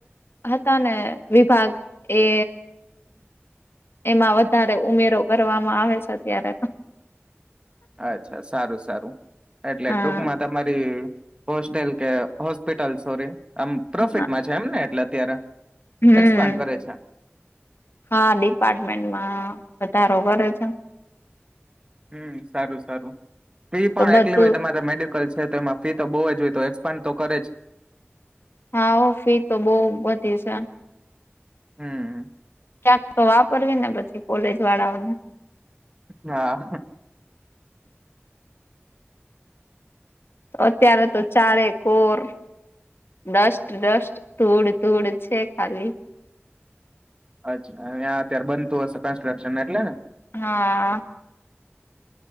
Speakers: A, on the left; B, on the right.
A: હતા ને વિભાગ એ એમાં વધારે ઉમેરો કરવામાં આવે છે, અત્યારે તો.
B: અચ્છા સારું સારું એટલે
A: હા
B: ટૂંકમાં તમારી હોસ્ટેલ કે હોસ્પિટલ સોરી આમ પ્રોફિટમાં
A: હા
B: છે એમને એટલે અત્યારે
A: હમ.
B: એક્સપાન્ડ કરે છે.
A: હા ડિપાર્ટમેન્ટમાં વધારો કરે છે.
B: હમ સારું સારું ફી
A: તો
B: પણ
A: બધું
B: એટલી હોય તમારે મેડિકલ છે, તો એમાં ફી તો બહુ જ હોય તો એક્સપાન્ડ તો કરે જ.
A: હા ફી તો બહુ બધી છે.
B: હમ્મ
A: ક્યાંક તો વાપરવી ને પછી કોલેજ વાળાઓને.
B: હા
A: અત્યારે તો ચારે કોર ડસ્ટ્ટ ડસ્ટ ધૂડ તૂડ છે, ખાલી.
B: અચ્છા આ અત્યારે બનતું હશે કન્સ્ટ્રક્શન એટલે ને?
A: હા